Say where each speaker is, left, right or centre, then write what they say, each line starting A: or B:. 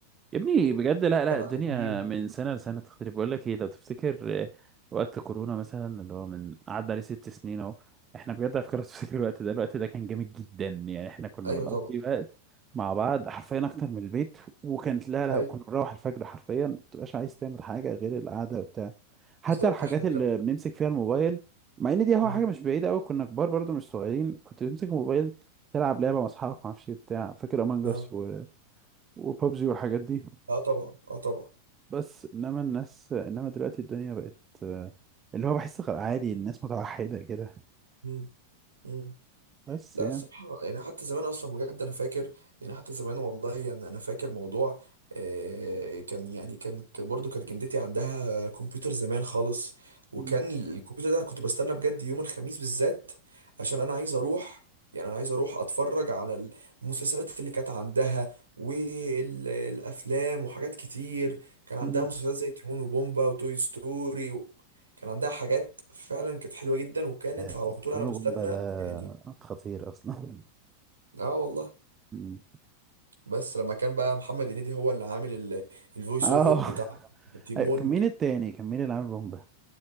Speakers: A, on the right; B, on the right.
A: يا ابني بجد لا لا
B: وقاعدين
A: الدنيا من سنة لسنة تختلف بقول لك ايه لو تفتكر آه، وقت كورونا مثلا اللي هو من قعد عليه ست سنين اهو احنا بجد على فكرة <laughs> لو تفتكر الوقت ده الوقت ده كان جامد جدا يعني احنا كنا
B: ايوه
A: بنقضي
B: طبعا
A: وقت مع بعض حرفيا اكتر من البيت وكانت لا لا
B: ايوه
A: كنا بنروح الفجر حرفيا ما بتبقاش عايز تعمل حاجة غير القعدة وبتاع حتى
B: بالظبط
A: الحاجات
B: احنا كان
A: اللي بنمسك فيها الموبايل مع ان دي هو
B: اه
A: حاجة مش بعيدة قوي كنا كبار برضو مش صغيرين كنت بتمسك الموبايل تلعب لعبة مع اصحابك ما اعرفش إيه بتاع فاكر امانجاس
B: اه
A: و وببجي والحاجات دي
B: اه طبعا اه طبعا
A: بس انما الناس انما دلوقتي الدنيا بقت آه، اللي هو بحس خ- عادي الناس متوحدة كده
B: مم. مم.
A: بس
B: لا
A: يعني
B: الصراحة يعني حتى زمان أصلا بجد أنا فاكر يعني حتى زمان والله يعني أنا فاكر موضوع آه، كان يعني كان كان برضه كانت جدتي عندها كمبيوتر زمان خالص وكان
A: مم.
B: الكمبيوتر ده كنت بستنى بجد يوم الخميس بالذات عشان أنا عايز أروح يعني أنا عايز أروح أتفرج على المسلسلات اللي كانت عندها والأفلام وحاجات كتير كان عندها
A: مم.
B: مسلسلات زي تيمون وبومبا وتوي ستوري و... كان عندها حاجات فعلا كانت حلوة جدا وكانت
A: يعني
B: على طول
A: تيمون
B: أنا بستنى
A: وبومبا ده
B: يعني
A: خطير اصلا
B: اه والله
A: مم.
B: بس لما كان بقى محمد هنيدي هو اللي عامل الفويس
A: اه
B: اوفر بتاع
A: <laughs>
B: تيمون
A: أيوة، كان مين التاني كان مين اللي عامل بومبا